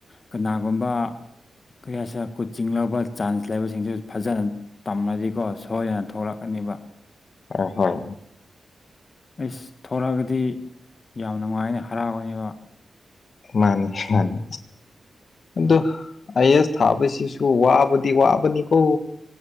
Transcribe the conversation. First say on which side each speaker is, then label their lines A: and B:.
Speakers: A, on the left (about 45°); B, on the left (about 60°).
A: ꯀꯅꯥꯒꯨꯝꯕ ꯀꯔꯤꯌꯥꯁ ꯀꯨꯆꯤꯡ ꯂꯧꯕ ꯆꯥꯟꯁ ꯂꯩꯕꯁꯤꯡꯗꯨꯁꯨ ꯐꯖꯅ ꯇꯝꯃꯗꯤꯀꯣ ꯁꯣꯏꯗꯅ ꯊꯣꯛꯂꯛꯀꯅꯤꯕ
B: ꯑ ꯍꯣꯏ
A: ꯑꯩꯁ ꯊꯣꯔꯛꯑꯒꯗꯤ ꯌꯥꯝ ꯅꯨꯡꯉꯥꯏꯅ ꯍꯔꯥꯎꯒꯅꯦꯕ
B: ꯃꯥꯅꯤ ꯃꯥꯅꯤ ꯑꯗꯨꯣ
A: ꯍꯣꯏ
B: ꯑ ꯑꯦꯁ ꯊꯥꯕꯁꯤꯁꯨ ꯋꯥꯕꯗꯤ ꯋꯥꯕꯅꯤꯀꯣ